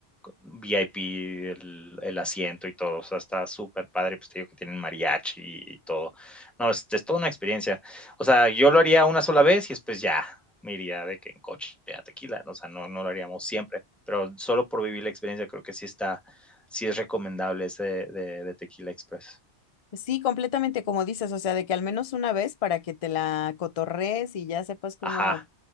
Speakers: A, in the centre; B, on the left.
A: VIP, el, el asiento y todo. O sea, está súper padre. Pues te digo que tienen mariachi y todo. No, es, es toda una experiencia. O sea, yo lo haría una sola vez y después ya me iría de que en coche a tequila. ¿no? O sea, no, no lo haríamos siempre. Pero solo por vivir la experiencia, creo que sí está, sí es recomendable ese de, de Tequila Express.
B: Sí, completamente como dices, o sea, de que al menos una vez para que te la cotorrees y ya sepas cómo,
A: Ajá.